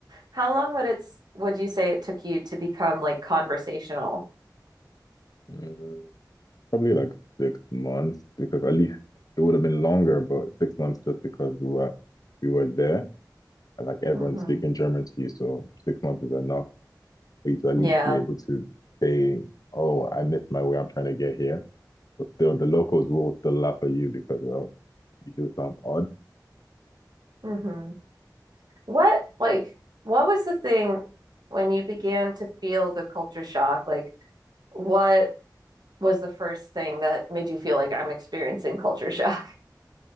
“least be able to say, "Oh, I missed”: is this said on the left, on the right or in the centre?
Left